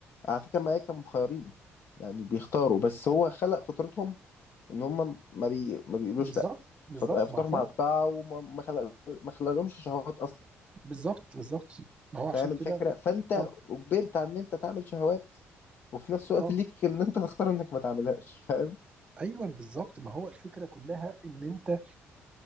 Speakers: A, on the left (about 45°); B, on the right (about 20°).
A: على فكره الملائكه مخيرين يعني بيختاروا بس هو خلق فطرتهم ان هم ما بي ما بيقولوش
B: بالظبط
A: لا
B: بالظبط
A: فط- فطرهم
B: ما عشان
A: على الطاعه وما ما خلق ما خلقلهمش شهوات اصلا
B: بالظبط بالظبط ما هو عشان
A: فاهم
B: كده
A: الفكرة فانت
B: اه
A: اجبرت على ان انت تعمل شهوات وفي نفس الوقت
B: اه
A: ليك ان انت تختار انك ما تعملهاش فاهم
B: ايوه بالظبط ما هو الفكره كلها ان انت